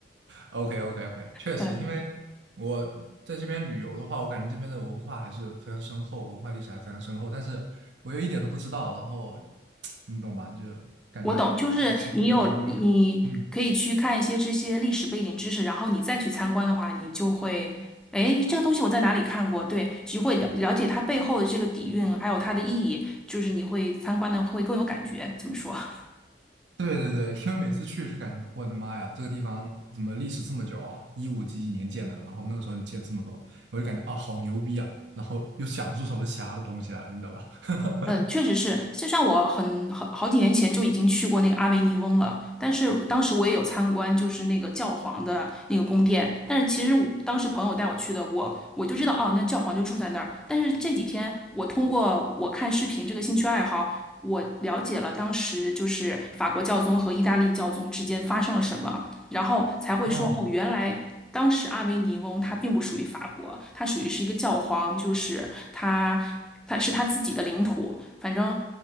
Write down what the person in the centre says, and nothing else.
嗯，
我懂，就是你有你可以去看一些这些历史背景知识，
然后你再去参观的话，你就会，哎，这个东西我在哪里看过？对，就会了了解它背后的这个底蕴，还有它的意义，就是你会参观的会更有感觉。怎么说？<laughs>
嗯，确实是，
就像我很好好几年前就已经去过那个阿维尼翁了，但是当时我也有参观，就是那个教皇的那个宫殿。但是其实我当时朋友带我去的，我我就知道哦，那教皇就住在那儿。但是这几天我通过我看视频这个兴趣爱好，我了解了当时就是法国教宗和意大利教宗之间发生了什么，然后才会说哦，
原来当时阿维尼翁它并不属于法国，它属于是一个教皇，就是他，他是他自己的领土。反正